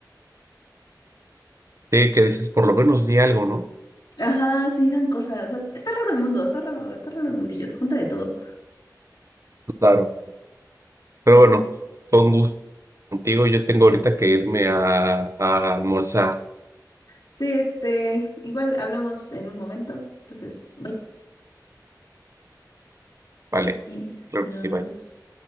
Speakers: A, on the right (about 45°); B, on the left (about 75°).
A: Sí, que dices, por lo menos di algo, ¿no?
B: Ajá, sí, dan cosas. Está, está raro el mundo, está raro, está raro el mundillo, se junta de todo.
A: Claro. Pero
B: Entonces,
A: bueno, fue un gusto contigo. Yo tengo ahorita que irme a, a almorzar.
B: sí, este, igual hablamos en un momento. Entonces, bye.
A: Vale,
B: Eh,
A: claro
B: adiós.
A: que sí, bye.